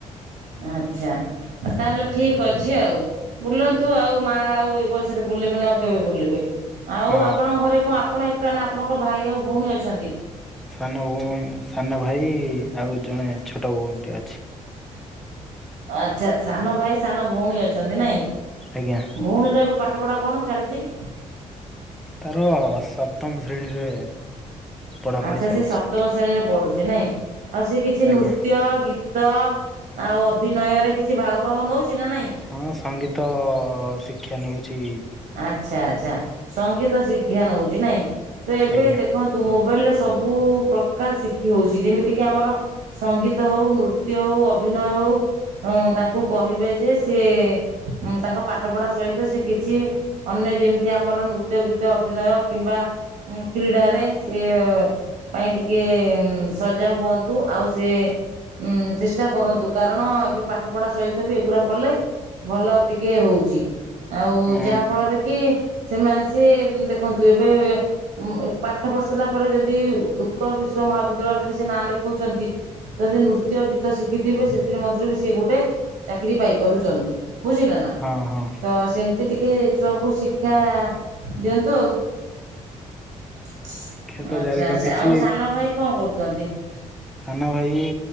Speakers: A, on the right; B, in the centre.
A: ଆଚ୍ଛା ତାହେଲେ ଠିକ ଅଛି ଆଉ। ବୁଲନ୍ତୁ ଆଉ ମା ଆଉ ଏଇ ବସରେ ବୁଲିବେନି ଆଉ କେବେ ବୁଲିବେ? ଆଉ
B: ହଁ
A: ଆପଣଙ୍କ ଘରେ କଣ ଆପଣ ଏକା ନା ଆପଣଙ୍କ ଭାଇ ଆଉ ଭଉଣୀ ଅଛନ୍ତି?
B: ସାନ ଭଉଣୀ ସାନ ଭାଇ ଆଉ ଜଣେ ଛୋଟ ଭଉଣୀ ଟେ ଅଛି।
A: ଆଚ୍ଛା ସାନ ଭାଇ ସାନ ଭଉଣୀ ଅଛନ୍ତି ନାଇଁ।
B: ଆଜ୍ଞା।
A: ଭଉଣୀର ଏବେ ପାଠପଢ଼ା କଣ ଚାଲିଛି?
B: ତାର ସପ୍ତମ ଶ୍ରେଣୀରେ ପଢାପଢି
A: ଆଚ୍ଛା
B: ଚାଲିଛି।
A: ସିଏ ସପ୍ତମ ଶ୍ରେଣୀରେ ପଢୁଛି ନାଇଁ ଆଉ ସେ କିଛି
B: ଆଜ୍ଞା
A: ନୃତ୍ୟ ଗି ତ ଆଉ ଅଭିନୟରେ କିଛି ଭାଗ ଫାଗ ନେଉଛି ନା ନାହିଁ।
B: ହଁ ସଙ୍ଗୀତ ଶିକ୍ଷା ନେଉଛି।
A: ଆଚ୍ଛା ଆଛା ସଙ୍ଗୀତ ଶିକ୍ଷା ନଉଚି ନାଇଁ ତ ଏବେ
B: ଆଜ୍ଞା
A: ଦେଖ ତୁ ମୋବାଇଲରେ ସବୁ ପକା ଶିଖି ହେଉଛି ଯେମିତିକି ଆମର ସଙ୍ଗୀତ ହେଉ ନୃତ୍ୟ ହେଉ ଅଭିନୟ ହେଉ। ହଁ ତାଙ୍କୁ କହିବେ ଯେ ସିଏ ତାଙ୍କ ପାଠପଢ଼ା ସହିତ ସିଏ କି ଚି ଅନ୍ୟ ଯେମିତି ଆମର ନୃତ୍ୟ ଗୀତ ଅଭିନୟ କିମ୍ବା ଉଁ କ୍ରୀଡ଼ାରେ ସିଏ ପାଇଁ ଟିକେ ସଜାଗ ହୁଅନ୍ତୁ ଆଉ ସିଏ ଉଁ ଚେଷ୍ଟା କରନ୍ତୁ କାରଣ ଏବେ ପାଠ ପଢା ସହିତ ବି ଏଗୁଡା କଲେ ଭଲ ଟିକେ ହୋଉଚି ଆଉ
B: ହଁ।
A: ଯାହା ଫଳରେ କି କି ସେମାନେ ସିଏ ଦେଖନ୍ତୁ ଏବେ ଉ ପାଠ ପଢି ସାରିଲା ପରେ ଯଦି ଉ ଉତ୍କଳ ବିଶ୍ୱ ମହାବିଦ୍ୟାଳୟରେ ବି ସେ ନାଁ ଲେଖଉଛନ୍ତି ଯଦି ନୃତ୍ୟ ଗୀତ ତ ଶିଖିଥିବେ ସେଥିରେ ମଧ୍ୟରେ ବି ସିଏ ଗୋଟେ ଚାକିରି ପାଇପାରୁଛନ୍ତି ବୁଝିଲ ନା।
B: ହଁ ହଁ ହଁ
A: ତ ସେମିତି ଟିକିଏ ଛୁଆଙ୍କୁ ଶିକ୍ଷା ଦିଅନ୍ତୁ ଆଉ। ଆଚ୍ଛା
B: କ୍ଷେତ ଜାରି
A: ଆଚ୍ଛା
B: ରଖିଛି
A: ଆଉ ସାନ ଭାଇ କଣ କରୁଚନ୍ତି?
B: ସାନ ଭାଇ ଇ